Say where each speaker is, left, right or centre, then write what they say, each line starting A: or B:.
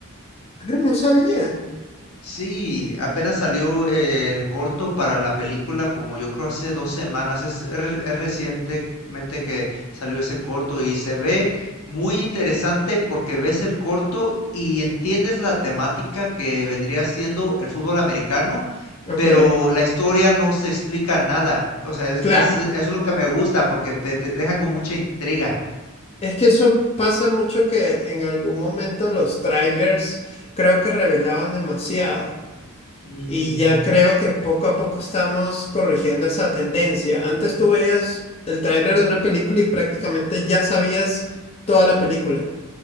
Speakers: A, on the left; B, on the left.
A: ah, no sabía.
B: Sí, apenas salió eh, el corto para la película como yo creo hace dos semanas. Es, re- es recientemente que salió ese corto y se ve muy interesante porque ves el corto y entiendes la temática que vendría siendo el fútbol americano,
A: Ok,
B: pero la historia no se explica nada. O sea, es,
A: claro.
B: es- eso es lo que me gusta porque te, te deja con mucha intriga.
A: Es que eso pasa mucho que en algún momento los trailers creo que revelaban demasiado.
B: Ujú,
A: Y ya creo
B: Sí,
A: que poco a poco estamos corrigiendo esa tendencia. Antes tú veías el tráiler de una película y prácticamente ya sabías toda la película.